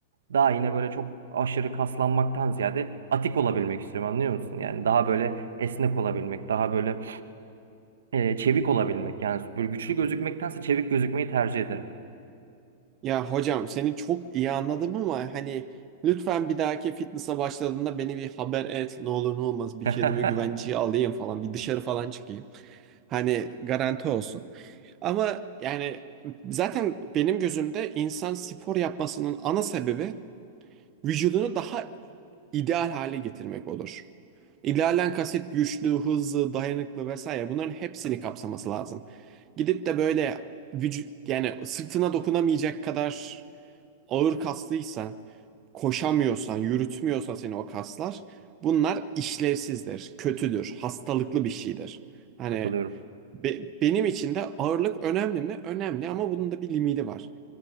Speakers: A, on the right (about 80°); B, on the right (about 35°).
A: Daha yine böyle çok aşırı kaslanmaktan ziyade atik olabilmek istiyorum anlıyor musun? Yani daha böyle esnek olabilmek, daha böyle e, çevik olabilmek. Yani böyle güçlü gözükmektense çevik gözükmeyi tercih ederim.
B: ya hocam seni çok iyi anladım ama hani lütfen bir dahaki fitness'a başladığında beni bir haber et. Ne olur ne olmaz bir
A: <laughs>
B: kendimi güvenceye alayım falan. Bir dışarı falan çıkayım. Hani garanti olsun. Ama yani zaten benim gözümde insan spor yapmasının ana sebebi vücudunu daha ideal hale getirmek olur. İdealen kasıt güçlü, hızlı, dayanıklı vesaire bunların hepsini kapsaması lazım. Gidip de böyle vücut yani sırtına dokunamayacak kadar ağır kaslıysan, koşamıyorsan, yürütmüyorsa seni o kaslar bunlar işlevsizdir, kötüdür, hastalıklı bir şeydir. Hani
A: Katılıyorum.
B: be- benim için de ağırlık önemli mi? Önemli ama bunun da bir limiti var.